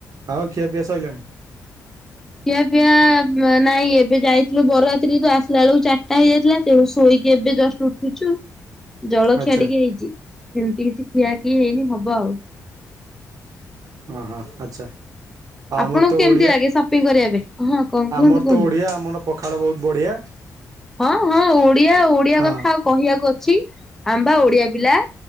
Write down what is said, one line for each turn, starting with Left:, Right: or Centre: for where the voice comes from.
Right: ଆଉ ଖିଆପିଆ ସରଇଲାଣି।
Centre: ଖିଆ ପିଆ ନାଇଁ ଏବେ ଯାଇଥିଲୁ ବରଯାତ୍ରୀ ତ ଆସିଲା ବେଳକୁ ଚାରିଟା ହେଇଯାଇଥିଲା ତେଣୁ ଶୋଇ କି ଏବେ ଜଶ ଉଠୁଚୁ। ଜଳଖିଆ
Right: ଆଚ୍ଛା
Centre: ଟିକେ ହେଇଚି ସେମିତି କିଛି ଖିଆ କିି ହେଇନି ହବ ଆଉ।
Right: ହଁ ହଁ ଆଚ୍ଛା। ଆମର
Centre: ଆପଣଙ୍କୁ
Right: ତ
Centre: କେମିତି
Right: ଓଡିଆ
Centre: ଲାଗେ ସପିଙ୍ଗ କରିବା ପାଇଁ ହଁ କଣ କୁହନ୍ତୁ
Right: ଆମର
Centre: କୁହନ୍ତୁ
Right: ତ ଓଡିଆ ଆମର ପଖାଳ ବହୁତ ବଢିଆ।
Centre: ହଁ ହଁ ଓଡ଼ିଆ ଓଡ଼ିଆ
Right: ହଁ
Centre: କଥା ଆଉ କହିବାକୁ ଅଛି ଆମେ ପା ଓଡ଼ିଆ ପିଲା।